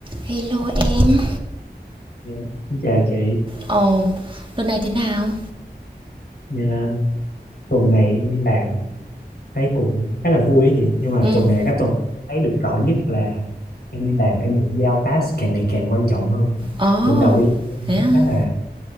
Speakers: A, on the right; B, on the left.
A: Hello em
B: Dạ, Xin chào chị,
A: Ồ, đợt này thế nào?
B: Dạ, tuần này em đi làm thấy cũng khá là vui ấy chị nhưng mà
A: Ừ,
B: tuần này là cái tuần thấy được rõ nhất là em đi làm em được giao task càng ngày càng quan trọng hơn
A: ồ,
B: tuần đầu đi làm
A: thế
B: em
A: hả?
B: nó khá là